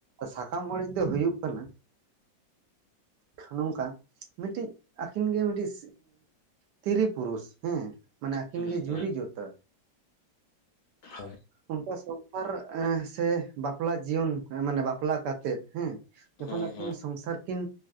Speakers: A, on the right (about 70°); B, on the left (about 70°).
A: ᱥᱟᱠᱟᱢ ᱚᱲᱮᱜ ᱫᱚ ᱦᱩᱭᱩᱜ ᱠᱟᱱᱟ ᱱᱚᱝᱠᱟ ᱢᱤᱜᱴᱤᱡ ᱟᱹᱠᱤᱱ ᱜᱮ ᱢᱤᱜᱴᱤᱡ ᱛᱤᱨᱤ ᱯᱩᱨᱩᱥ ᱦᱮᱸ ᱢᱟᱱᱮ ᱟᱹᱠᱤᱱ
B: ᱦᱮᱸ
A: ᱜᱮ ᱡᱩᱨᱤ
B: ᱦᱮᱸ
A: ᱡᱳᱛ ᱛᱟ
B: ᱦᱳᱭ,
A: ᱚᱱᱠᱟ ᱥᱚᱝᱥᱟᱨ ᱮᱸ ᱥᱮ ᱵᱟᱯᱞᱟ ᱡᱤᱭᱚᱱ ᱢᱟᱱᱮ ᱵᱟᱯᱞᱟ ᱠᱟ ᱛᱮᱜ ᱦᱮᱸ ᱡᱚᱠᱷᱚᱱ
B: ᱦᱮᱸ
A: ᱟᱹᱠᱤᱱ
B: ᱦᱮᱸ
A: ᱥᱚᱝᱥᱟᱨ ᱠᱤᱱ